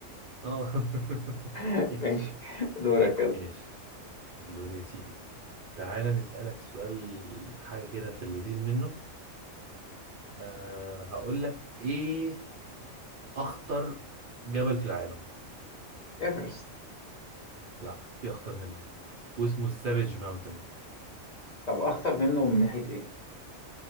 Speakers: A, on the right (about 65°); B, on the left (about 60°).
A: اه <laughs>
B: <laughs> ماشي
A: ايش
B: دورك يلا
A: ايش دول يا سيدي تعالى نسألك سؤال حاجة كده في اللذيذ منه أه هقول لك ايه اخطر جبل في العالم
B: ايفرست
A: لا في اخطر منه واسمه السافيج ماونتن
B: طب اخطر منه من ناحية ايه